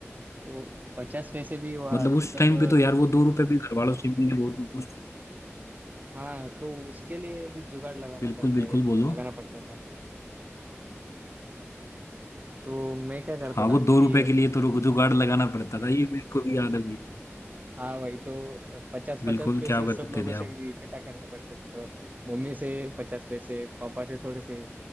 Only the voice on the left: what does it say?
मतलब उस
टाइम पे तो यार वो दो रुपए भी घर वालों से मिलने बहुत मुश्किल
बिल्कुल
बिल्कुल बोलो
हाँ वो
दो रुपए के लिए तो रुक- जुगाड़ लगाना पड़ता था ये मेरे को भी याद है भाई
बिल्कुल
क्या
करते
थे
आप